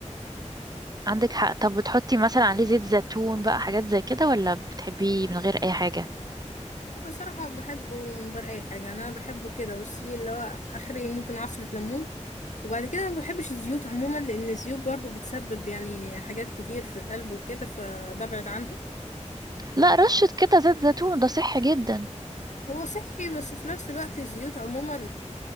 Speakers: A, on the right; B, on the left.
A: عندك حق طب بتحطي مثلا عليه زيت زيتون بقى حاجات زي كده ولا بتحبيه من غير اي حاجة
B: بصراحة بحبه من غير أي حاجة أنا بحبه كده بصي اللي هو آخري ممكن عصرة ليمون وبعد كده ما بحبش الزيوت عموما لأن الزيوت برضو بتسبب يعني حاجات كتير في القلب وكده فببعد عنها
A: لا رشة كده زيت زيتون ده صحي جدا
B: هو صحي بس في نفس الوقت الزيوت عموما